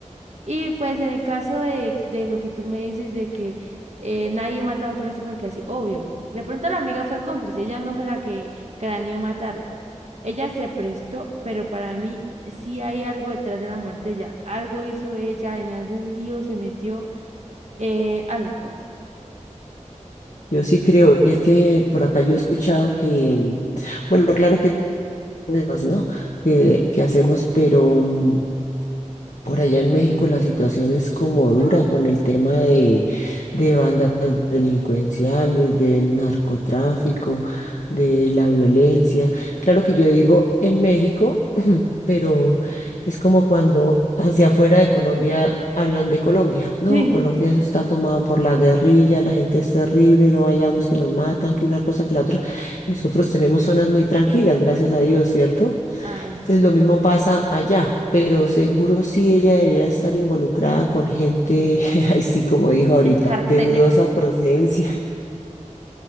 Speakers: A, on the right (about 60°); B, on the left (about 75°).
A: Y pues en el caso de, de lo que tú me dices de que eh, nadie mata a otro así porque así, obvio. De pronto la amiga fue cómplice, ella no fue la que craneó matarla. Ella se prestó, pero para mí sí hay algo detrás de la muerte de ella. Algo hizo ella, en algún lío se metió, eh, algo.
B: Yo sí creo, y es que por acá yo he escuchado que, mm, bueno, claro que hay problemas, ¿no? Que, que hacemos, pero mm, Por allá en México la situación es como dura
A: Mm,
B: con el tema de, de bandas delincuenciales, del narcotráfico, de la violencia. Claro que yo digo en México, <clears throat> pero es como cuando hacia afuera de Colombia hablan de Colombia. No,
A: Sí.
B: Colombia eso está tomado por la guerrilla, la gente es terrible, no vayamos que nos matan, que una cosa que la otra. Nosotros tenemos zonas muy tranquilas, gracias a Dios, ¿cierto?
A: Ay,
B: Entonces
A: sí.
B: lo mismo pasa allá, pero seguro sí ella debía estar involucrada con gente, <laughs> ay sí como dijo ahorita,
A: El cartel.
B: de dudosa
A: <laughs>
B: procedencia.